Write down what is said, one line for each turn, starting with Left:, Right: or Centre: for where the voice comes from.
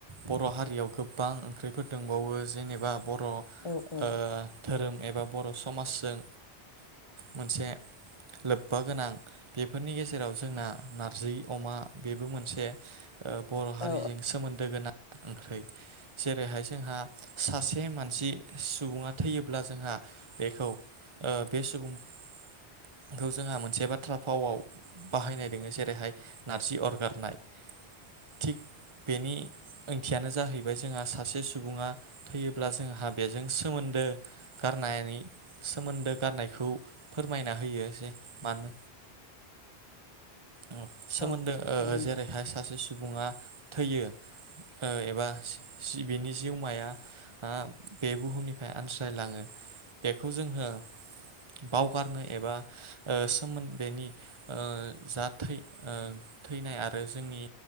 Right: बर' हारियाव गोबां ओंख्रिफोर दंबावो जेनेबा बर' र ओ
Left: औ औ
Right: धोरोम एबा बर' समाजजों मोनसे लोब्बा गोनां बेफोरनि गेजेराव जोंना नारजि अमा बेबो मोनसे। ओ बर' हारिजों
Left: औ
Right: सोमोन्दो गोनां ओंख्रि जेरैहाय जोंहा सासे मान सि सुबुङा थैयोब्ला जोंहा बेखौ ओ बे सुबुंखौ जोंहा मोनसे बाथ्रा भावाव बाहायनाय दङो जेरैहाय नारजि अरगारनाय, थिक बेनि ओंथियानो जाहैबाय जोंहा सा से सुबुङा थैयोब्ला जोंहा बेजों एस सोमोनदो गारनायनि सोमोन्दो गारनायखौ फोरमायना होयो जे मानो ओ सोमोन्दो
Left: औ
Right: ओ
Left: नंगौ नोंथां
Right: जेरैहाय सासे सु सुबुङा थैयो ओ एबा सिबिनि जिउमाया ओ बे बुहुमनिफ्राय आनज्रायलाङो बेखौ जोङो बावगारनो एबा ओ सोमोन बेनि ओ जा थै थैनाय आरो जोंनि,